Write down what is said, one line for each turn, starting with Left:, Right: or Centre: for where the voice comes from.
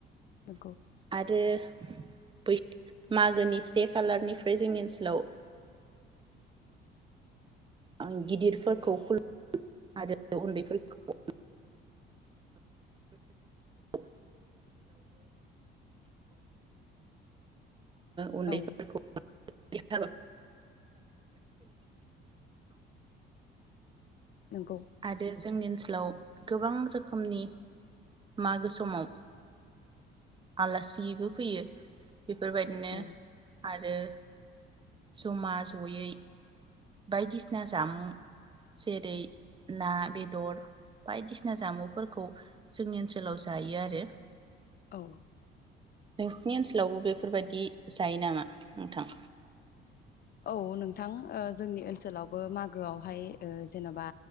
Left: नंगौ
Right: आरो <unintelligible> मागोनि से खालारनिफ्राय जोंनि ओनसोल लाव आं गिदिरफोरखौ खुलु आरो उन्दैफोरखौ <unintelligible> उन्दैफोरखौ
Left: औ
Right: <unintelligible>
Left: नंगौ
Right: आरो जोंनि ओनसो लाव गोबां रोखोमनि मागो समाव आलासिबो फैयो। बेफोरबायदिनो
Left: औ
Right: आरो जमा जयै बायदिसिना जामुं जेरै ना बेदर बायदिसिना जामुफोरखौ जोंनि ओनसोलाव जायो आरो
Left: औ
Right: नोंसिनि ओनसोलावबो बेफोरबादि जायो नामा नोंथां?
Left: औ नोंथां ओ जोंनि ओनसोलावबो मागोआवहाय ओ जेनबा